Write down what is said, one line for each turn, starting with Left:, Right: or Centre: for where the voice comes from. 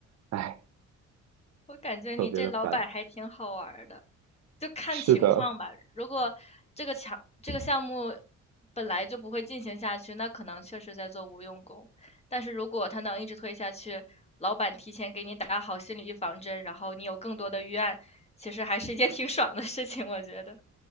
Right: 唉，
Left: 我感觉你这老板还挺好玩儿的，
Right: 特别的烦。
Left: 就看情况吧。
Right: 是的，
Left: 如果这个强这个项目本来就不会进行下去，那可能确实在做无用功。但是如果他能一直推下去，老板提前给你打好心理预防针，然后你有更多的预案，其实还是一件挺爽的事情，我觉得。